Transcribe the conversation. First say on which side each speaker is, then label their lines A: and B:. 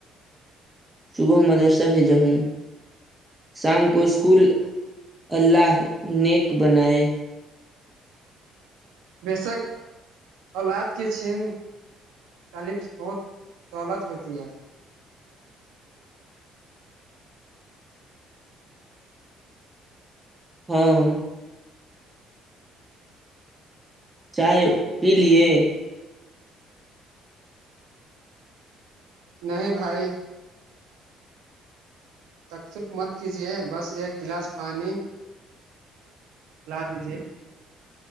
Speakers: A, on the right; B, on the right.
A: صبح مدرسہ ہے جہوں شام کو اسکول اللہ نیک بنائے
B: بشک اولاد کے چھین تعلیم بہت دولت ہوتی ہے
A: ہاں چائے پی لیے
B: نہیں بھائی تقسف مت کیجے بس ایک گلاس پانی لا دیجے